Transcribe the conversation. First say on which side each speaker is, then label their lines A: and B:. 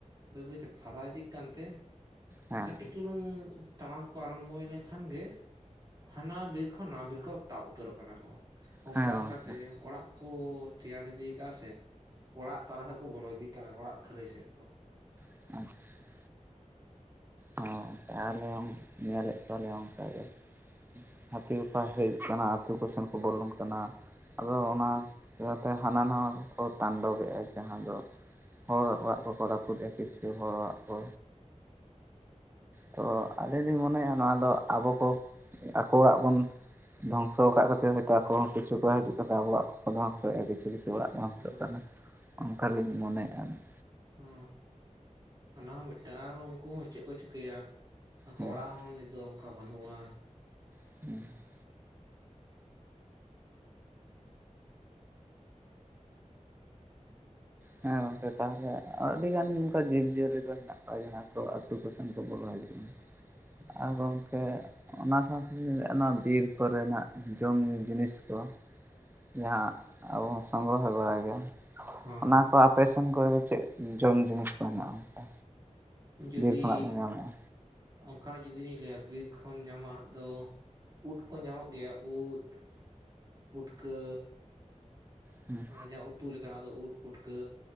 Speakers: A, on the right; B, on the right.
A: ᱵᱟᱹᱭ ᱵᱟᱹᱭᱛᱮ ᱯᱷᱟᱫᱟ ᱤᱫᱤᱜ ᱠᱟᱱᱛᱮ
B: ᱦᱮᱸ
A: ᱠᱟᱹᱴᱤᱡ ᱠᱩᱞᱩᱝ ᱛᱟᱲᱟᱢ ᱠᱚ ᱟᱨᱟᱢᱵᱚᱭ ᱞᱮᱱᱠᱷᱟᱱ ᱜᱮ ᱦᱟᱱᱟ ᱵᱤᱨ ᱠᱷᱚᱱ ᱱᱚᱣᱟ ᱵᱤᱨ ᱠᱚ ᱛᱟᱵ ᱩᱛᱟᱹᱨᱚᱜ ᱠᱟᱱᱟ ᱠᱚ ᱚᱱᱠᱟ
B: ᱦᱮᱸ ᱜᱚᱝᱠᱮ
A: ᱚᱱᱠᱟ ᱛᱮ ᱚᱲᱟᱜ ᱠᱚ ᱛᱮᱭᱟᱨ ᱤᱫᱤ ᱪᱮᱫᱟᱜ ᱥᱮ ᱚᱲᱟᱜ ᱛᱟᱞᱟ ᱥᱮᱫ ᱠᱚ ᱵᱚᱞᱚ ᱤᱫᱤᱜ ᱠᱟᱱᱟ ᱚᱲᱟᱜ ᱠᱷᱟᱹᱨᱟᱹᱭ ᱥᱮᱫ ᱠᱚ᱾
B: <inaudible> ᱦᱚᱸ ᱟᱞᱮ ᱧᱮᱞᱮᱫ ᱠᱚᱣᱟᱞᱮ ᱚᱱᱠᱟᱜ ᱜᱮ᱾ ᱦᱟᱹᱛᱤ ᱜᱟᱯ ᱦᱮᱡᱩ ᱠᱟᱱᱟ ᱟᱹᱛᱩ ᱠᱚ ᱥᱮᱱ ᱠᱚ ᱵᱚᱞᱚᱱ ᱠᱟᱱᱟ᱾ ᱟᱫᱚ ᱚᱱᱟ ᱤᱭᱟᱹᱛᱮ ᱦᱟᱱᱟ ᱱᱟᱣᱟ ᱠᱚᱠᱚ ᱛᱟᱱᱰᱚᱵᱮᱫᱟ ᱡᱟᱦᱟᱸ ᱫᱚ᱾ ᱦᱚᱲ ᱚᱲᱟᱜ ᱠᱚᱠᱚ ᱨᱟᱹᱯᱩᱫᱼᱟ ᱠᱤᱪᱷᱩ ᱦᱚᱲᱟᱜ ᱚᱲᱟᱜ ᱠᱚ᱾ ᱛᱚ ᱟᱹᱞᱤᱧ ᱞᱤᱧ ᱢᱚᱱᱮᱭᱟ ᱱᱚᱣᱟ ᱫᱚ ᱟᱵᱚ ᱠᱚ ᱟᱠᱚᱣᱟᱜ ᱵᱚᱱ ᱫᱷᱚᱝᱥᱚ ᱟᱠᱟᱫ ᱠᱷᱟᱹᱛᱤᱨ ᱦᱚᱭᱛᱚ ᱟᱠᱚ ᱦᱚ ᱠᱤᱪᱷᱩ ᱠᱚ ᱦᱤᱡᱩᱜ ᱠᱟᱱᱟ ᱟᱵᱚᱣᱟᱜ ᱠᱚ ᱫᱝᱚᱥᱚᱭᱮᱜ-ᱟ ᱠᱤᱪᱷᱩ ᱠᱤᱪᱷᱩ ᱚᱲᱟᱜ᱾ ᱫᱷᱚᱝᱥᱚᱜ
A: ᱦᱮᱸ
B: ᱠᱟᱱᱟ ᱚᱱᱠᱟᱜᱤᱸᱧ ᱢᱚᱱᱮᱜᱼᱟ ᱟᱹᱞᱤᱧ᱾
A: ᱚ ᱚᱱᱟ ᱦᱚᱸ ᱢᱤᱫᱴᱟᱝ ᱟᱨᱚ ᱩᱱᱠᱩ ᱦᱚᱸ ᱪᱮᱫ ᱠᱚ ᱪᱤᱠᱟᱹᱭᱟ᱾ ᱟᱠᱚ
B: ᱦᱮᱸ
A: ᱚᱲᱟᱜ ᱦᱚᱸ ᱱᱤᱛᱚᱜ ᱚᱱᱠᱟ ᱵᱟᱹᱱᱩᱜᱼᱟ᱾
B: <unintelligible>
A: <unintelligible>
B: ᱦᱮᱸ ᱜᱚᱝᱠᱮ ᱛᱟᱦᱚᱞᱮ ᱟᱹᱰᱤ ᱜᱟᱱ ᱚᱱᱠᱟ ᱡᱤᱵᱽ ᱡᱤᱭᱟᱹᱞᱤ ᱠᱚ ᱦᱮᱱᱟᱜ ᱠᱚᱣᱟ ᱡᱟᱦᱟᱸ ᱠᱚ ᱟᱛᱳ ᱠᱚᱥᱮᱱ ᱠᱚ ᱵᱚᱞᱚ ᱦᱤᱡᱩᱜᱼᱟ᱾
A: <unintelligible>
B: <unintelligible> ᱚᱱᱟ ᱥᱟᱶᱛᱮᱧ ᱞᱟᱹᱭᱼᱟ ᱱᱚᱣᱟ ᱵᱤᱨ ᱠᱚᱨᱮᱱᱟᱜ ᱡᱚᱢ ᱧᱩᱩ ᱡᱤᱱᱤᱥ ᱠᱚ᱾ ᱡᱟᱦᱟᱸ ᱟᱵᱚ ᱦᱚᱸ ᱥᱚᱝᱜᱨᱚᱦᱚᱭ ᱵᱟᱲᱟᱭ ᱜᱮᱭᱟ
A: ᱦᱚᱸ
B: ᱚᱱᱟ ᱠᱚ ᱟᱯᱮ ᱥᱮᱱ ᱠᱚᱨᱮ ᱫᱚ ᱪᱮᱫ ᱡᱚᱢ ᱡᱤᱱᱤᱥ ᱠᱚ ᱦᱮᱱᱟᱜᱼᱟ ᱚᱱᱠᱟ?
A: ᱡᱩᱫᱤ
B: ᱵᱤᱨ ᱠᱷᱚᱱᱟᱜ ᱵᱚᱱ ᱧᱟᱢᱮᱫᱼᱟ
A: ᱚᱱᱠᱟ ᱦᱚᱸ ᱡᱩᱫᱤ ᱞᱤᱧ ᱞᱟᱹᱭᱟ ᱵᱤᱨ ᱠᱷᱚᱱ ᱧᱟᱢᱟᱜ ᱫᱚ ᱩᱫ ᱠᱚ ᱧᱟᱢᱚᱜ ᱜᱮᱭᱟ ᱩᱫ ᱯᱩᱴᱠᱟᱹ
B: ᱦᱩᱸ
A: ᱚᱱᱟ ᱡᱟᱦᱟᱸ ᱩᱛᱩ ᱞᱮᱠᱟᱱᱟᱜ ᱫᱚ ᱩᱫ ᱯᱩᱴᱠᱟᱹ